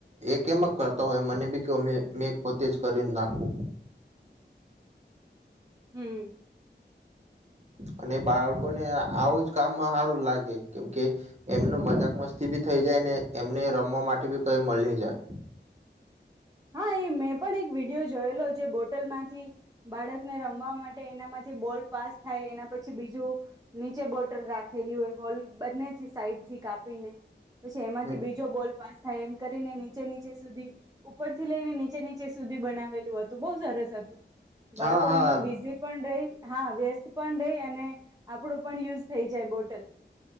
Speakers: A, on the right (about 35°); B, on the right (about 20°).
A: એ એમ જ કરતા હોય મને બી કેવ મેં એક પોતે જ કરી નાખુ.
B: હમ્મ.
A: અને બાળકોને આવું જ કામમાં હારું લાગે કેમકે એમનો મજાક મસ્તી ભી થઈ જાય ને એમને રમવા માટે બી કઈ મલી જાય.
B: હા એ મેં પણ એક વિડીયો જોયેલો જે બોટલમાંથી બાળકને રમવા માટે એનામાંથી બોલ પાસ થાય એના પછી બીજું નીચે બોટલ રાખેલી હોય હોલ બંનેથી સાઈડથી કાપીને પછી એમાંથી
A: હમ.
B: બીજો બોલ પાસ થાય એમ કરીને નીચે નીચે સુધી ઉપરથી લઈને નીચે નીચે સુધી બનાવેલું હતું. બહુ સરસ હતું
A: હા
B: બાળકો
A: હા
B: એમાં બીઝી પણ રેય હા વ્યસ્ત પણ રઈ અને આપણું પણ યુઝ થઈ જાય બોટલ